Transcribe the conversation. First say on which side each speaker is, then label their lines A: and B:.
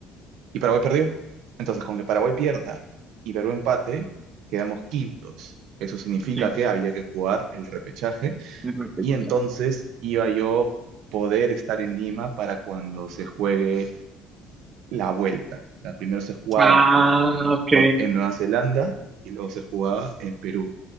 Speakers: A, on the right; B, on the right.
A: y Paraguay perdió. Entonces, con que Paraguay pierda y Perú empate, quedamos quintos. Eso significa
B: sí,
A: que había que jugar el repechaje
B: es repechaje.
A: y entonces iba yo poder estar en Lima para cuando se juegue la vuelta. O sea, primero se jugaba
B: Ah,
A: en,
B: ok,
A: con- en Nueva Zelanda y luego se jugaba en Perú.